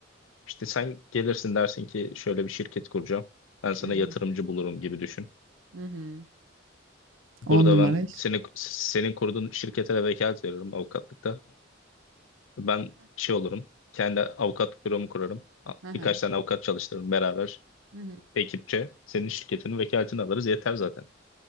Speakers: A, on the left; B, on the right.
A: işte sen gelirsin dersin ki şöyle bir şirket kuracağım. Ben sana
B: Hı hı.
A: yatırımcı bulurum gibi düşün.
B: Hı hı.
A: Burada
B: 10 numara
A: ben
B: iş.
A: senin senin kurduğun şirkete de vekalet veririm avukatlıkta. Ben şey olurum. Kendi avukatlık büromu kurarım.
B: Hı hı.
A: Birkaç tane avukat çalıştırırım beraber
B: Hı hı.
A: ekipçe. Senin şirketinin vekaletini alırız yeter zaten.